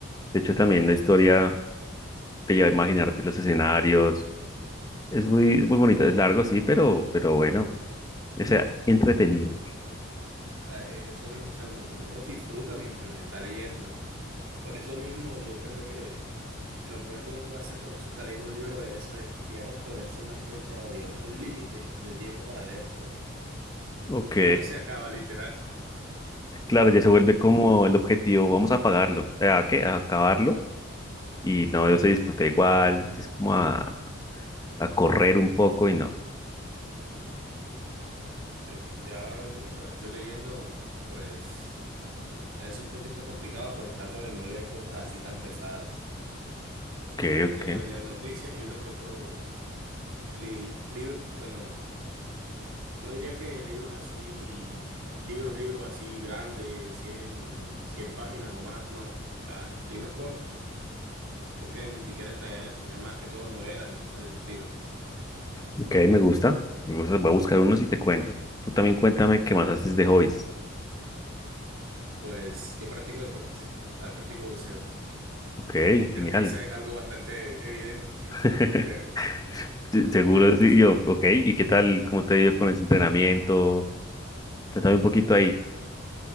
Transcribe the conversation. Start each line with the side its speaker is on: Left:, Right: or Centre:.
Left: De hecho, también la historia te lleva a imaginarte los escenarios. Es muy, es muy bonito. Es largo, sí, pero, pero bueno, o sea, entretenido.
Right: Ah, e- eso mismo, o sea, uno, uno los disfruta mientras los está leyendo. Por eso mismo yo creo que lo peor que uno puede hacer cuando uno se está leyendo un libro de esos es, digamos, ponerse una fecha o, digamos, un límite de tiempo para leérselo, porque
Left: Ok,
Right: <laughs> uno se acaba literal.
Left: claro, ya se vuelve como el objetivo, vamos a pagarlo, ¿a qué? A acabarlo. Y no, yo se disfruté igual, es como a, a correr un poco y no.
Right: Sí. Ya ahora último, cuando estoy leyendo, pues, o sea, es un poquito complicado, pero trato de no leer cosas así tan pesadas.
Left: Ok,
Right: Solamente
Left: ok,
Right: leo, leo noticias y uno que otro li- libro, bueno, no diría que libros así, libros, libros así grandes, cien cien páginas o más, no, o sea, libros cortos. Creo que ni siquiera entrarían en eso, serían más que todo novelas y cosas de ese estilo.
Left: ok, me gusta, me gusta, voy a buscar unos y te cuento. Tú también cuéntame qué más haces de hobbies.
Right: Pues yo practico deportes, ah, practico bolseo.
Left: Ok,
Right: <laughs> Creo
Left: genial.
Right: que eso es algo bastante evidente,
Left: <laughs>
Right: pero
Left: Se- Seguro,
Right: <laughs> sí,
Left: sí,
Right: es,
Left: yo, ok, ¿y qué tal, cómo te ha ido con ese entrenamiento? Cuéntame un poquito ahí,